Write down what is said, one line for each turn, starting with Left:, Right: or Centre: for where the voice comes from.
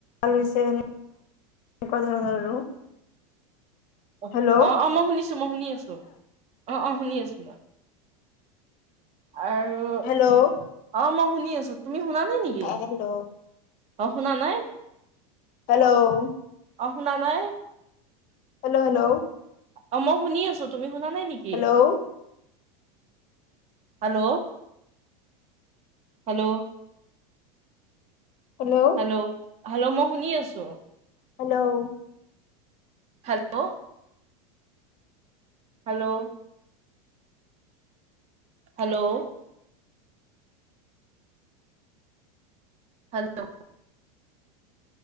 Left: এনেকুৱা ধৰণৰ আৰু।
Right: অ
Left: হেল্ল'
Right: - অ মই শুনিছো মই শুনি আছো অ - অ শুনি আছো মই। আৰু
Left: হেল্ল'
Right: অ মই শুনি আছো তুমি শুনা নাই নেকি?
Left: হেল্ল'
Right: অ, শুনা নাই।
Left: হেল্ল',
Right: অহ, শুনা নাই।
Left: Hello- hello.
Right: অ, মই শুনি আছো তুমি শুনা নাই নেকি?
Left: Hello
Right: hello- hello.
Left: Hello
Right: hello-hello, মই শুনি আছো।
Left: Hello,
Right: hello, hello, hello, hello